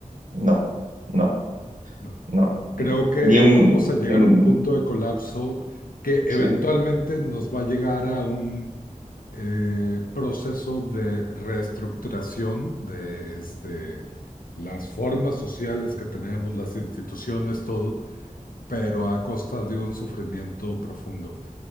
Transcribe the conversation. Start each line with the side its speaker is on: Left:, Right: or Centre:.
Right: No,
Left: no,
Right: no,
Left: no.
Right: no. no.
Left: Creo que
Right: Ni un,
Left: vamos a llegar
Right: un-
Left: a un punto de colapso que
Right: sí.
Left: eventualmente nos va a llegar a un eh, proceso de reestructuración de este, las formas sociales que tenemos, las instituciones, todo, pero a costa de un sufrimiento profundo.